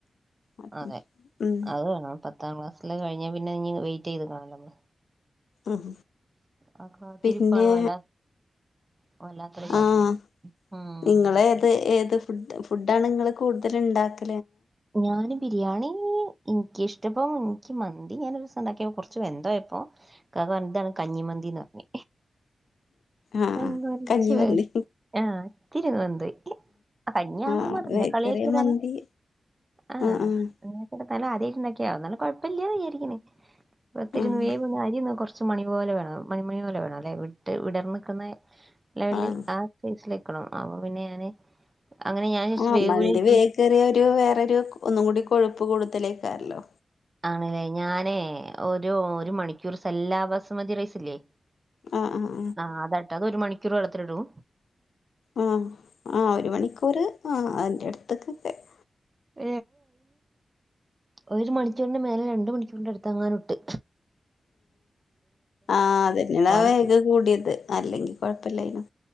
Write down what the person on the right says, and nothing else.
അതെ
അത് വേണം പത്ത് പത്താം ക്ലാസിലെ കഴിഞ്ഞാ പിന്നെ ഇനി വെയിറ്റ് ചെയ്ത് നിക്കണോലെ നമ്മള്
<inaudible> ആ കാത്തിരിപ്പാണ്
വല്ലാത്ത - ഓ വല്ലാത്തൊരു കാത്തിര്പ്പ്
ആഹ് ഉം
ഞാന് ബിരിയാണി എനിക്ക് ഇഷ്ട്ടം ഇപ്പൊ മന്ത - ഇത് ഞാനൊരുദെവസം ഒണ്ടാക്കിയപ്പോൾ കൊറച്ച് വെന്ത്‌ പോയപ്പൊ ഇക്കാക്ക പറഞ്ഞു ഇതാണ് കഞ്ഞിമന്തിന്ന് പറഞ്
ആ കൊ <unintelligible> റച്
വെ ആ ഇത്തിരി വെന്ത്പോയ്‌ ആ കഞ്ഞി ആന്നാ
പറഞ്ഞെ
കളിയാക്കിയ്താണോ
ആ
<unintelligible> ആദ്യയ്ട്ടിണ്ടാക്കിയാ എന്നാലും കൊഴ്പ്പില്ല്യന്ന് വിയാരിക്ക്ന്ന് ഒത്തിരിന്ന്
വേവ്ഒന്നു അരിയൊന്ന് കൊറ്ച്ച് മണി പോലെ വേണം മണിമണി പോലെവിട്ട് വിടർനിക്കുന്നെ ലെവല്
ആ സയിസിലിക്കണം അപ്പ പിന്നെ ഞാന്- അങ്ങനെ ഞാൻ വിചാരിച്ച്
വേവൂലായിരിക്കും
ആണില്ലേ ഞാനേ ഒരു ഒരു മണിക്കൂറ് സെല്ലാ ബസുമതി റൈസില്ലേ
ആ - ആ അതാട്ടോ അതൊരു മണിക്കൂറ് വെള്ളത്തിലിടും
<unintelligible> ഒരു മണിക്കുറിനു മേലെ രണ്ട് മണിക്കൂറിന്റ അടുതങ്ങാണ്ട് ഒണ്ട്
പാളിപ്പോയി.